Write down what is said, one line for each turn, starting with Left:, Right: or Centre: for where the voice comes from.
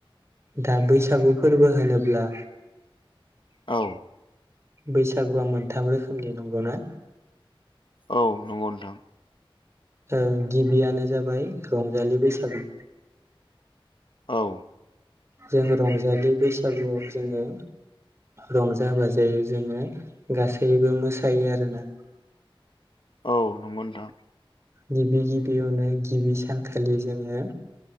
Right: दा बैसागु फोरबो होनोब्ला
Left: औ।
Right: बैसागुआ मोनथाम रोखोमनि नंगौ ना?
Left: औ नंगौ नोंथां।
Right: ओ गिबियानो जाबाय रंजालि बैसागु।
Left: औ।
Right: जोङो रंजालि बैसागुआव जोङो। रंजा बाजायै जोङो गासैबो मोसायो आरोना।
Left: औ नंगौ नोंथां।
Right: गिबि गिबियावनो गिबि सानखालि जोङो